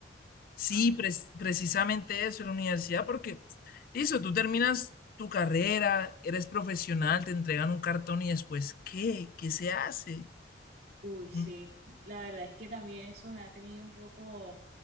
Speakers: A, on the left; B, on the right.
A: Sí,
B: ¿ah?
A: pres- precisamente eso, la universidad, porque, listo, tú terminas tu carrera, eres profesional, te entregan un cartón y después, ¿qué? ¿Qué se hace?
B: Uy, sí,
A: Mm,
B: la verdad es que también eso me ha tenido un poco,